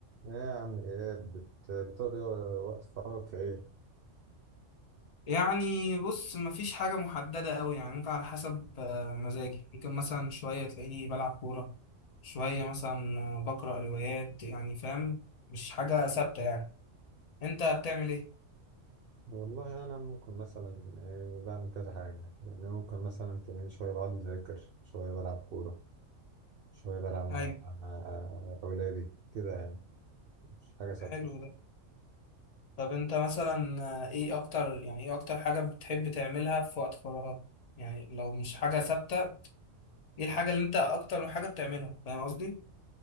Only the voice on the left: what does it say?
يعني بص مفيش حاجة محددة قوي يعني ممكن على حسب آه، مزاجي ممكن مثلا شوية تلاقيني بلعب كورة شوية مثلا آه، بقرأ روايات يعني فاهم مش حاجة ثابتة يعني انت بتعمل ايه؟
ايوه
حلو ده طب انت مثلا آه، ايه اكتر يعني ايه اكتر حاجة بتحب تعملها في وقت فراغك؟ يعني لو مش حاجة ثابتة ايه الحاجة اللي انت اكتر حاجة بتعملها؟ فاهم قصدي؟